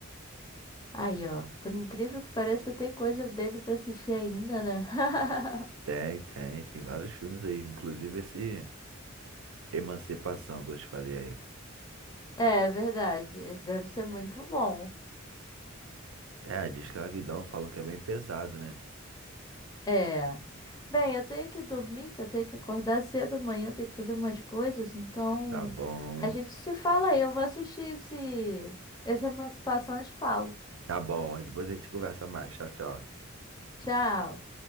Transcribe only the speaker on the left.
Aí, ó. Por incrível que pareça, tem coisa dele pra assistir ainda, né? <laughs>
É verdade. Esse deve ser muito bom.
É. Bem, eu tenho que dormir, que eu tenho que acordar cedo amanhã, eu tenho que fazer umas coisas. Então,
a gente se fala aí. Eu vou assistir esse, esse Emancipação e te falo.
Tchau.